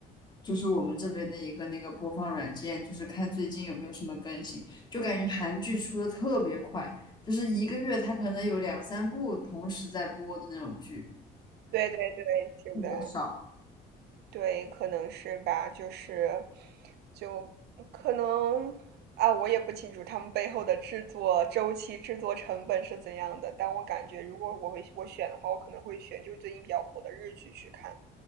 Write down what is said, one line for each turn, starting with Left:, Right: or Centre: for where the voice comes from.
Left: 就是我们这边的一个那个播放软件，就是看最近有没有什么更新，就感觉韩剧出的特别快。就是一个月他可能有两三部同时在播的那种剧，
Right: 对对对，是的。
Left: 特别少。
Right: 对，可能是吧，就是，就可能啊，我也不清楚他们背后的制作周期、制作成本是怎样的。但我感觉，如果我会我选的话，我可能会选就是最近比较火的日剧去看，